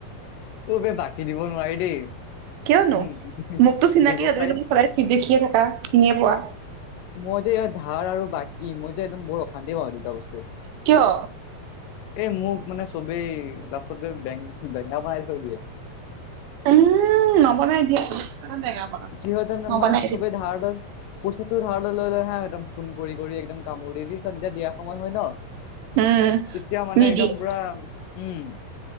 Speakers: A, on the left; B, on the right.
A: কবে বাকী দিব নোৱাৰি দেই।
B: কিয়নো মোকতো চিনাকি
A: ব্যৱসায়ত
B: হয় তুমি মোক সদায় দেখিয়ে থাকা, চিনিয়ে পোৱা।
A: মই যে ইয়াৰ ধাৰ আৰু বাকী, মই যে একদম বৰ অশান্তি পাওঁ এই দুটা বস্তু।
B: কিয়?
A: এ, মোক মানে চবেই লাষ্টত গৈ বেং বেঙা বনাই থৈ দিয়ে।
B: উ, নবনাই দিয়া <unintelligible>
A: কি হয় জানা
B: নবনাই
A: মানে চবেই
B: দিয়া।
A: ধাৰ লয়। পইচাটো ধাৰলৈ লৈ হা, একদম ফোন কৰি একদম কামুৰ দি দি। ছত যেতিয়া দিয়া সময় হয় ন'
B: উম
A: তেতিয়া মানে
B: নিদিয়ে
A: একদম পুৰা, উম।